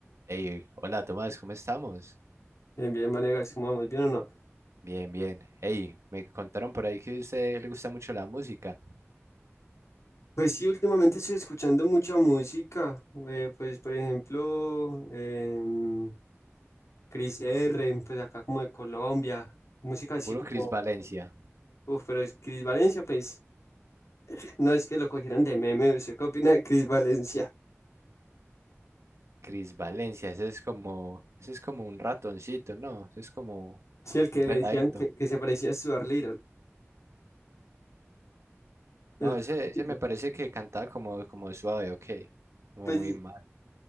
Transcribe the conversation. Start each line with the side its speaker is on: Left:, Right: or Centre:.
Right: Hey, hola Tomás, ¿cómo estamos?
Left: Bien, bien, Vanegas, ¿cómo vamos? ¿Bien o no?
Right: Bien, bien. Hey, me contaron por ahí que a usted le gusta mucho la música.
Left: Pues sí, últimamente estoy escuchando mucha música. eh, pues, por ejemplo, em, Cris R, pues acá como de Colombia. Música así
Right: Puro
Left: como.
Right: Cris Valencia.
Left: Uf, pero es Cris Valencia, pues. <laughs> No es que lo cogieran de meme. ¿Usted qué opina de Cris Valencia?
Right: Cris Valencia, ese es como, ese es como un ratoncito, ¿no? Ese es como
Left: Sí, el que
Right: un peladito.
Left: le decían que, que se parecía a Stuart Little. el
Right: No,
Left: peladito.
Right: ese, ese me parece que cantaba como, como suave, ok. Como
Left: Pues,
Right: muy mal.